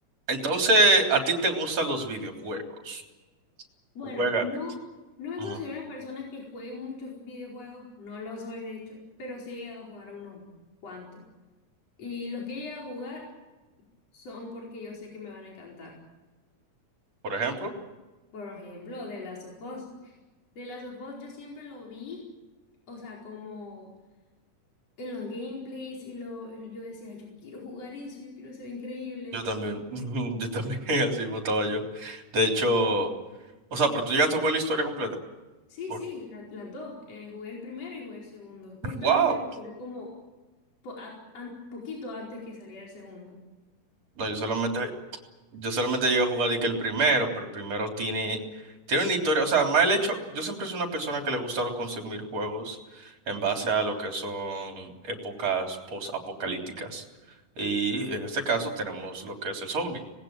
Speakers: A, on the right; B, on the left.
A: Entonces, ¿a ti te gustan los videojuegos?
B: Bueno,
A: Juega.
B: no, no me
A: Ajá.
B: considero una persona que juegue muchos videojuegos, no lo soy de hecho, pero sí he llegado a jugar a unos cuantos. Y los que he llegado a jugar son porque yo sé que me van a encantar.
A: Por ejemplo,
B: Por ejemplo, de Last of Us. The Last of Us yo siempre lo vi, o sea, como en los gameplays y lo, y yo decía, yo quiero jugar eso, yo quiero ser increíble.
A: yo también. <laughs> Yo también, <laughs> así mismo estaba yo. De hecho, o sea, pero tú llegaste a jugar la historia completa.
B: Sí,
A: Por-
B: sí, la- las dos. Eh, jugué el primero y jugué el segundo. Justamente
A: ¡Wow!
B: lo jugué como po- a- an- poquito antes que saliera el segundo.
A: No, yo solamente. Yo solamente llego a jugar y que el primero, pero el primero tiene, tiene una historia. O sea, más el hecho, yo siempre soy una persona que le gusta consumir juegos en base a lo que son épocas post-apocalípticas. Y en este caso tenemos lo que es el zombie.